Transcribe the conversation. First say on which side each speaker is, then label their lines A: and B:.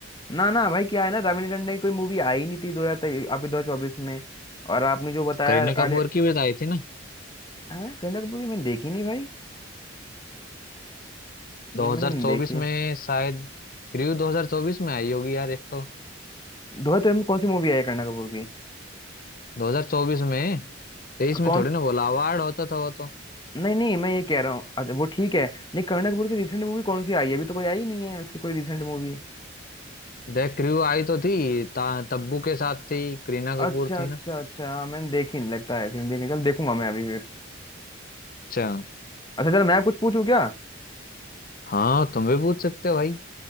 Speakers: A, on the left; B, on the left.
A: ना ना भाई क्या है ना रवीना टंडन की कोई मूवी आई नहीं थी दो हजार आपके दो हजार चौबीस में और आपने जो बताया
B: करीना कपूर
A: आलिया
B: की भी तो आई थी ना
A: हाँ करीना कपूर की मैंने देखी नहीं भाई नहीं
B: 2024
A: मैंने नहीं देखी
B: में शायद क्रू 2024 में आई होगी यार एक तो
A: दोहा तुम कौन सी मूवी आई है करीना कपूर की
B: 2024 में तेईस
A: अ,
B: में
A: कौन
B: थोड़ी ना बोला अवार्ड होता था वो तो।
A: नहीं नहीं मैं ये कह रहा हूँ अच्छा वो ठीक है नहीं करीना कपूर की रिसेंट मूवी कौन सी आई है अभी तो कोई आई नहीं है उसकी कोई रिसेंट मूवी
B: देख क्रू आई तो थी ता, तब्बू के साथ थी करीना
A: अच्छा
B: कपूर थी
A: अच्छा
B: ना
A: अच्छा हाँ मैंने देखी नहीं लगता है तुमने देखी चल देखूंगा मैं अभी फिर
B: अच्छा
A: अच्छा चलो मैं कुछ पूछूं क्या
B: हाँ तुम भी पूछ सकते हो भाई